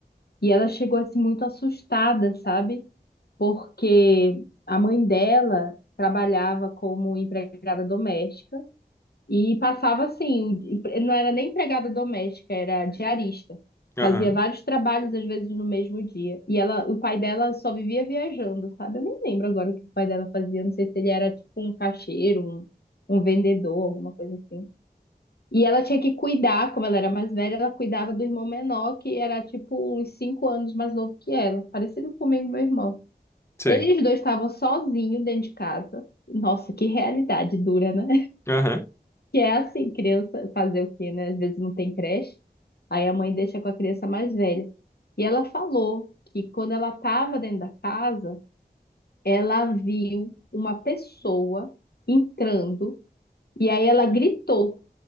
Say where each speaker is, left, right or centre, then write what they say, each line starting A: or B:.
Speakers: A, on the left; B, on the left.
A: e ela chegou assim muito assustada, sabe? Porque a mãe dela trabalhava como empregada doméstica e passava assim, o- não era nem empregada doméstica, era diarista.
B: Aham,
A: Fazia vários trabalhos, às vezes, no mesmo dia. E ela, o pai dela só vivia viajando, sabe? Eu nem lembro agora o que o pai dela fazia. Não sei se ele era tipo um caixeiro, um, um vendedor, alguma coisa assim. E ela tinha que cuidar, como ela era mais velha, ela cuidava do irmão menor, que era tipo uns cinco anos mais novo que ela, parecido comigo, e meu irmão.
B: sei.
A: Eles dois estavam sozinhos dentro de casa. Nossa, que realidade dura, né?
B: Aham,
A: Que é assim, criança fazer o quê, né? Às vezes não tem creche, aí a mãe deixa com a criança mais velha. E ela falou que quando ela estava dentro da casa, ela viu uma pessoa entrando e aí ela gritou,